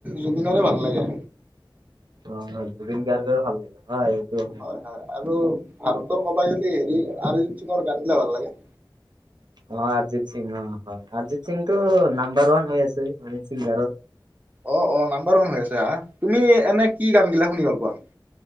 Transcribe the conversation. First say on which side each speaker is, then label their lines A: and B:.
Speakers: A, on the right (about 20°); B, on the right (about 60°).
A: জুবিনৰে ভাল লাগে।
B: অ', হয়, জুবিন গাৰ্গৰে ভাল লাগে হয়, এইটো
A: হয় হয়, আৰু ভাৰতৰ কবা গেলি হেৰি অৰিজিৎ সিঙৰ গানবিলাক ভাল লাগে।
B: অ', অৰিজিত সিং অ, হয়, অৰিজিত সিং টো নাম্বাৰ ওৱান হৈ আছে অৰিজিত সিং আৰু
A: অ', অ, নাম্বাৰ ওৱান হৈ আছে আহ তুমি এনে কি গান গিলা শুনি ভাল পোৱা?